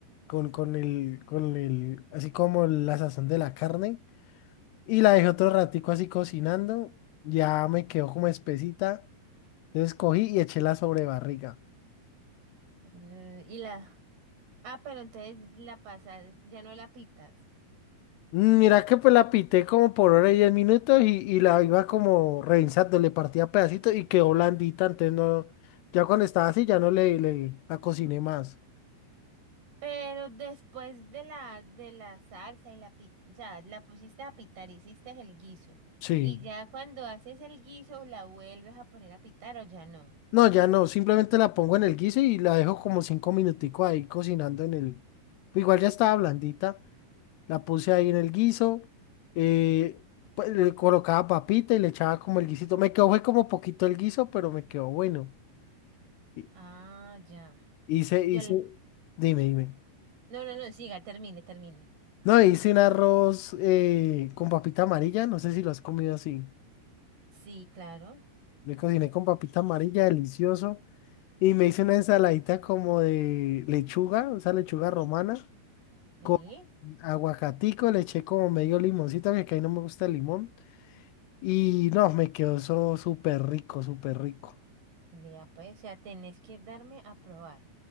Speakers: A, on the left; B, on the right.
A: con, con el, con el, así como la sazón de la carne. y la dejé otro ratico así cocinando, ya me quedó como espesita, entonces cogí y eché la sobrebarriga.
B: eh, y la, ah, pero entonces la pasas, ya no la pitas,
A: Mm, Mira que pues la pité como por hora y diez minutos y, y la iba como revisando, le partía pedacitos y quedó blandita, entonces no, ya cuando estaba así ya no le, le la cociné más.
B: pero después de la, de la salsa y la pita, o sea, la pusiste a pitar, hiciste el guiso,
A: Sí.
B: y ya cuando haces el guiso, la vuelves a poner a pitar o ya no.
A: No, ya no, simplemente la pongo en el guiso y la dejo como cinco minuticos ahí cocinando en el, igual ya estaba blandita. La puse ahí en el guiso. eh, pues, le colocaba papita y le echaba como el guisito. Me quedó, fue como poquito el guiso, pero me quedó bueno. Hi-
B: Ah, ya.
A: Hice,
B: Yo,
A: hice,
B: la-
A: dime, dime.
B: no, no, no, siga, termine, termine.
A: No, hice un arroz eh, con papita amarilla. No sé si lo has comido así.
B: Sí, claro,
A: Le cociné con papita amarilla, delicioso. Y me hice una ensaladita como de lechuga, esa lechuga romana,
B: sí.
A: con aguacatico. Le eché como medio limoncito, porque a mí no me gusta el limón. Y no, me quedó eso súper rico, súper rico.
B: Vea, pues, o sea, tenés que darme a probar.